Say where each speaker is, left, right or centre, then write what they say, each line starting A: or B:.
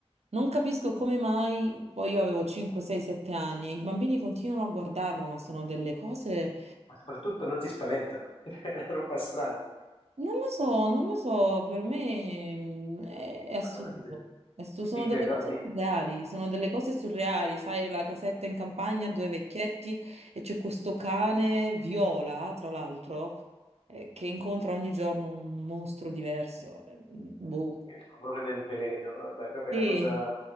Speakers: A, on the right (about 80°); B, on the left (about 55°).
A: non capisco come mai, poi io avevo 5, 6, 7 anni e i bambini continuano a guardarlo, ma sono delle cose...
B: Ma soprattutto non si spaventano. <laughs> È una roba strana.
A: Non lo so, non lo so, per me mm, è, è assurdo.
B: Ah, ti credo.
A: È assu- sono
B: Ti credo,
A: delle cose
B: vabbè.
A: surreali, sono delle cose surreali, sai, la casetta in campagna, due vecchietti e c'è questo cane viola, tra l'altro, eh, che incontra ogni giorno un mostro diverso. Eh, Boh.
B: Il colore del veleno, vabbè, proprio
A: Sì,
B: è una cosa...